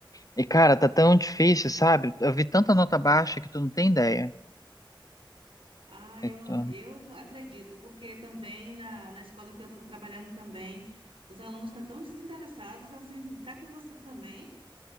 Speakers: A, on the left (about 45°); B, on the right (about 90°).
A: E, cara, tá tão difícil, sabe? Eu vi tanta nota baixa que tu não tem ideia.
B: Ah,
A: Eu
B: eu,
A: tô-
B: eu acredito, porque também na, na escola que eu estou trabalhando também, os alunos estão tão desinteressados, assim, tá com você também,